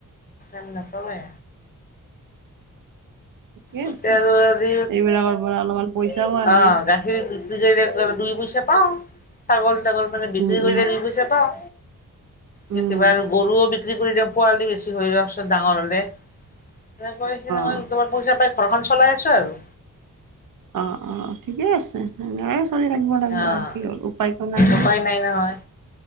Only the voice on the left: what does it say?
ম নাপামে।
এতিয়া
আৰু আজি
অ'
গাখীৰ বিক্ৰী কৰি দুই পইচা পাওঁ ছাগল তাগল মানে বিক্ৰী
কৰিলে দুই পইচা পাওঁ,
কেতিয়াবা আৰু গৰুও বি ক্ৰি কৰি দিয়া পোৱালী বেছি হৈ যোৱাৰ পিছত, ডাঙৰ হ'লে। তেনেকৈ সেনেকৈ
দুটামান পইচা পাই ঘৰখন চলাই আছো আৰু।
অঁ
উপায়
নাই নহয়।